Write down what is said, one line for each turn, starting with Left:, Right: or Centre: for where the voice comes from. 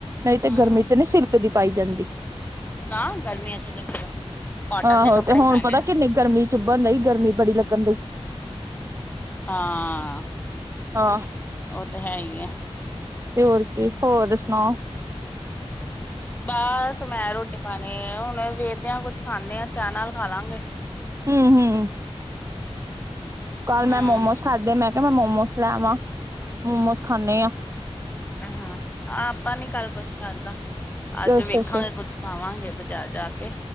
Right: ਨਹੀਂ ਤੇ
Left: ਹਮ
Right: ਗਰਮੀ ਚ ਨਹੀਂ ਸਿਲਕ ਦੀ ਪਾਈ ਜਾਂਦੀ।
Left: ਨਾ ਗਰਮੀਆਂ ਚ ਤਾਂ ਫਿਰ, ਕੋਟਨ
Right: ਆਹੋ
Left: ਦੇ ਕੱਪੜੇ
Right: ਤੇ
Left: ਹੀ
Right: ਹੁਣ
Left: ਪਾਣੇ
Right: ਪਤਾ
Left: ਆ।
Right: ਕਿੰਨੀ ਗਰਮੀ ਚ ਉਭਣ ਨਹੀ, ਗਰਮੀ ਬੜੀ ਲੱਗਣ ਡਈ।
Left: ਹਾਂ,
Right: ਹਾਂ।
Left: ਉਹ ਤਾਂ ਹੈ ਹੀ ਐ।
Right: ਤੇ ਹੋਰ ਕੀ, ਹੋਰ ਸੁਣਾਓ
Left: <inaudible> ਬਸ ਮੈਂ ਰੋਟੀ ਪਾਣੀ, ਆ ਹੁਣ ਵੇਖਦਿਆਂ ਕੁੱਝ ਖਾਂਨੇ ਆਂ, ਚਾਹ ਨਾਲ ਖਾ ਲਾਂਗੇ।
Right: ਹੂੰ- ਹੂੰ ਕੱਲ
Left: ਹਮ
Right: ਮੈਂ ਮੋਮੋਸ ਖਾਧੇ, ਮੈਂ ਕਿਹਾ ਮੈਂ ਮੋਮੋਸ ਲਾਂਵਾਂ, ਮੋਮੋਸ ਖਾਂਨੇ ਆਂ।
Left: ਹੂੰ, ਆਪਾਂ ਨੀ ਕੱਲ ਕੁਛ ਕਰਦਾ।
Right: ਅੱਛਾ-ਅੱਛਾ
Left: ਅੱਜ ਵੇਖਾਂਗੇ, ਕੁੱਝ ਖਾਵਾਂਗੇ ਬਜ਼ਾਰ ਜਾ ਕੇ,